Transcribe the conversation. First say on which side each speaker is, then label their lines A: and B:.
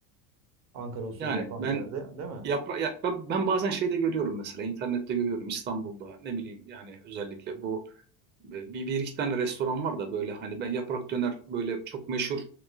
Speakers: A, on the right (about 60°); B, on the right (about 20°).
A: Ankara usulü
B: Yani
A: yapan
B: ben
A: bir yerde değil mi?
B: yapra ya- ben ben bazen şeyde görüyorum mesela internette görüyorum İstanbul'da ne bileyim yani özellikle bu e, bir, bir iki tane restoran var da böyle hani ben yaprak döner böyle çok meşhur